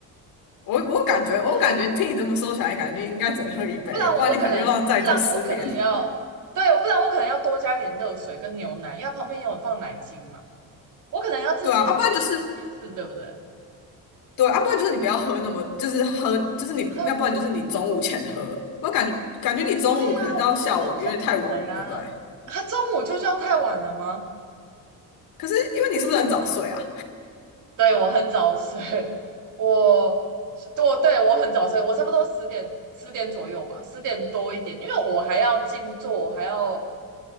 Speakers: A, on the left; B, on the right.
A: 我我感觉，我感觉你听你这么说起来，
B: 哦
A: 感觉你应该只能喝一杯，
B: 不然我可能，
A: 不然你可能又要再度失眠。
B: 不然我可能要，对，不然我可能要多加一点热水跟牛奶，因为它旁边有放奶精嘛，我可能要自己就是稀释，
A: 对啊，要、不然就是
B: 对不对？<laughs>
A: 对，要、啊不然就是你不要喝那么，就是喝，就是你，
B: 他
A: 要不然就是你中午前喝。我感觉感觉你中午可能到下午有点太晚了，
B: 对呀、啊，我就中午了呀，
A: 对不对？
B: 他中午就是要太晚了吗？
A: 可是因为你是不是很早睡啊？
B: 对，我很早睡，<laughs> 我我对我很早睡，我差不多十点十点左右吧，十点多一点，因为我还要静坐，还要